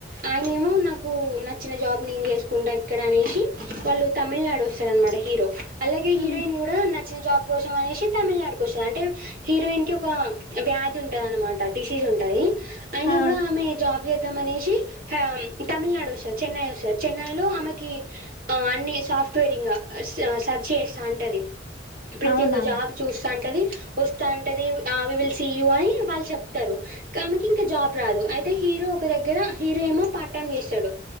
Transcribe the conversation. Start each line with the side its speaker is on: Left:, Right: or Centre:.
Right: ఆయన ఏమో నాకు నచ్చిన జాబ్ నేను చేసుకుంటా అక్కడ అనేసి వాళ్ళు తమిళనాడు వస్తారనమాట హీరో అలాగే హీరోయిన్
Left: ఉమ్
Right: కూడా నచ్చిన జాబ్ కోసం అనేసి తమిళనాడుకి వస్తాది అంటే హీరోయిన్ కి ఒక వ్యాధి ఉంటది అనమాట డిసీజ్ ఉంటాది అయిన
Left: ఆ
Right: కూడా ఆమె జాబ్ చేత్ అనేసి హమ్ తమిళనాడు వస్తావ్ చెన్నై వస్సవ్ చెన్నైలో ఆమెకి అన్ని సాప్ట్వేరింగ్ సర్చ్ చేస్తా ఉంటది ప్రతి
Left: అవునా
Right: ఒక్క జాబ్ చూస్తాంటాది వస్తాంటాది ఆ విల్ సీ యూ ఐ వాళ్ళు చెప్తారు ఆమెకి ఇంకా జాబ్ రాదు అయితే హీరో ఒక దగ్గర హీరో ఏమో పా పార్ట్ టైమ్ చేస్తాడు